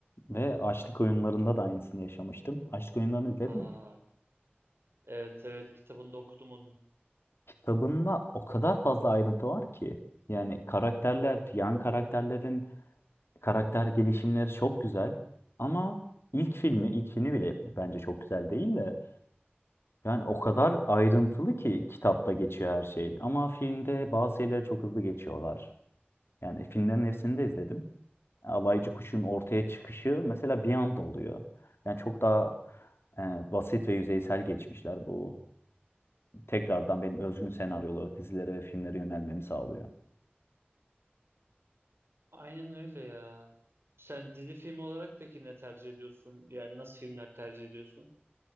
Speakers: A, on the left; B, on the right.
A: Ve Açlık Oyunları'nda da aynısını yaşamıştım. Açlık Oyunları'nı izledin
B: Aa,
A: mi?
B: evet evet kitabını da okudum onun.
A: kitabında o kadar fazla ayrıntı var ki. Yani karakterler, yan karakterlerin karakter gelişimleri çok güzel. Ama ilk filmi, ilkini bile bence çok güzel değil de. Yani o kadar ayrıntılı ki kitapta geçiyor her şey. Ama filmde bazı şeyleri çok hızlı geçiyorlar. Yani filmlerin hepsini de izledim. Alaycı Kuş'un ortaya çıkışı mesela bir anda oluyor. Yani çok daha e, basit ve yüzeysel geçmişler. Bu tekrardan benim özgün senaryolu dizilere ve filmlere yönelmemi sağlıyor.
B: Aynen öyle ya. Sen dizi film olarak peki ne tercih ediyorsun? Yani nasıl filmler tercih ediyorsun?